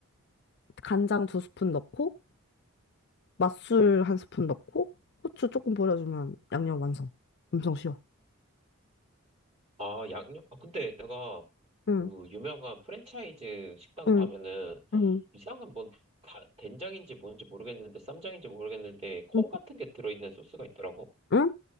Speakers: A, on the left; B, on the right.
A: 간장 두 스푼 넣고 맛술 한 스푼 넣고 후추 조금 뿌려주면 양념 완성. 엄청 쉬워.
B: 아, 양념? 아, 근데 내가
A: 응,
B: 그 유명한 프랜차이즈 식당
A: 응,
B: 가면은
A: 응,
B: 이상한 뭔 다, 된장인지 뭔지 모르겠는데 쌈장인지 모르겠는데 콩
A: 응.
B: 같은 게 들어있는 소스가 있더라고.
A: 응?